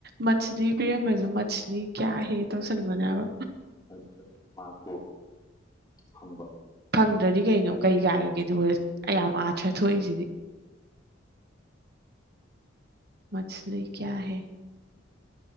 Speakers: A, on the right (about 55°); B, on the left (about 20°).
A: ꯃꯠꯁ꯭ꯂꯤ ꯄꯤꯔꯝꯕꯖꯨ ꯃꯠꯁ꯭ꯂꯤ ꯀꯌꯥ ꯍꯦ ꯇꯧꯁꯟꯕꯅꯦ ꯍꯥꯏꯕ
B: ꯑꯗꯨꯗ ꯃꯥꯔꯛꯇꯤ ꯐꯪꯕ
A: ꯐꯪꯗ꯭ꯔꯗꯤ ꯀꯩꯅꯣ ꯀꯩ ꯀꯥꯏꯔꯒꯦ ꯑꯗꯨ ꯑꯌꯥꯝ ꯑꯊ꯭ꯔꯥ ꯊꯣꯛꯏꯖꯤꯗꯤ ꯃꯠꯁ꯭ꯂꯤ ꯀꯌꯥ ꯍꯦ